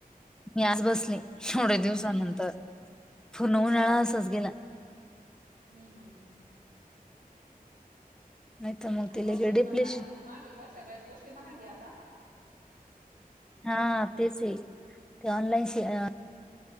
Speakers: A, in the centre; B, on the right (about 65°).
A: मी आज बसले एवढ्या
B: हम्म
A: दिवसानंतर. पूर्ण उन्हाळा
B: हम्
A: असाच
B: हम्म
A: गेला
B: हम् हम्म हम्म हम्म.
A: नायतर नाही. ते
B: कोर्सेस
A: लगे डिप्लेशन
B: पण बाहेर खूप महागे यग सगळ्याच गोष्टी महागेय आता
A: हा तेच हे ऑनलाईन शिका
B: हम्म